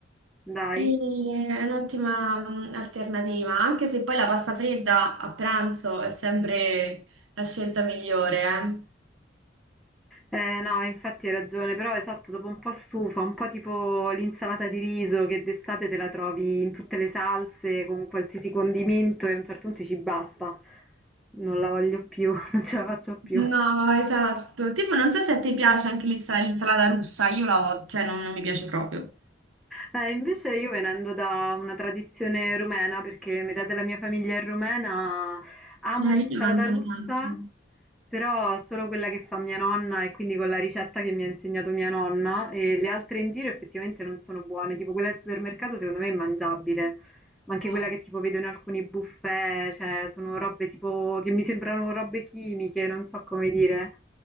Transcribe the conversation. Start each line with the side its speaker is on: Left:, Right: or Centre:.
Centre: dai.
Right: E eh, è un'ottima mm, alternativa, anche se poi la pasta fredda a pranzo è sempre la scelta migliore, eh.
Centre: Eh, no, infatti hai ragione, però esatto, dopo un po' stufa, un po' tipo l'insalata di riso che d'estate te la trovi in tutte le salse, con qualsiasi condimento e a un certo punto dici basta, non la voglio più, <laughs> non ce la faccio più.
Right: No, esatto. Tipo, non so se a te piace anche l'insa- l'insalata russa, io la ho, cioè non, non mi piace proprio.
Centre: Eh, invece io venendo da una tradizione rumena, perché metà della mia famiglia è rumena, amo
Right: Eh,
Centre: l'insalata
Right: lì ne mangiano
Centre: russa,
Right: tanto.
Centre: però solo quella che fa mia nonna e quindi con la ricetta che mi ha insegnato mia nonna e le altre in giro effettivamente non sono buone, tipo quella del supermercato secondo me è mangiabile, ma anche
Right: Eh.
Centre: quella che tipo vedo in alcuni buffet, cioè sono robe tipo che mi sembrano robe chimiche, non so come dire.